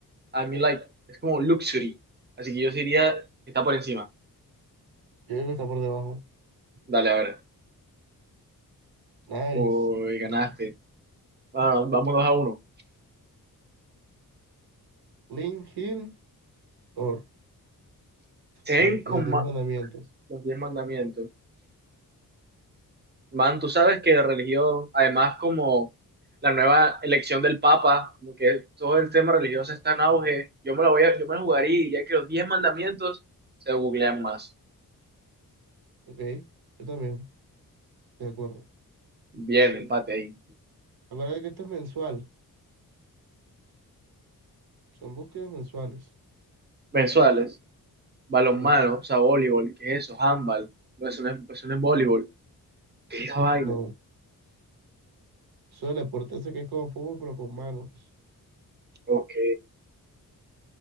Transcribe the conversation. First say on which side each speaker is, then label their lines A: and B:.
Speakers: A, on the right; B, on the right.
A: I mean like, es como luxury. Así que yo diría que está por encima.
B: creo que está por debajo.
A: Dale, a ver.
B: Nice.
A: Uy, ganaste. Bueno, vamos dos a uno.
B: Link Hill. Or,
A: Se
B: la-
A: ven con
B: los diez
A: ma-
B: mandamientos.
A: los diez mandamientos. Man, tú sabes que la religión, además como la nueva elección del Papa, como que todo el tema religioso está en auge. Yo me la voy a, yo me la jugaría y diría que los diez mandamientos se googlean más.
B: Ok, yo también, de acuerdo.
A: Bien, empate ahí.
B: Acuérdate que esto es mensual, son búsquedas mensuales.
A: Mensuales, balonmano,
B: Sí,
A: o sea, voleibol, ¿qué es eso? Handball. No, eso no es, eso no es voleibol. ¿Qué es esa vaina?
B: no. Eso del deporte ese que es como fútbol, pero con manos.
A: Ok.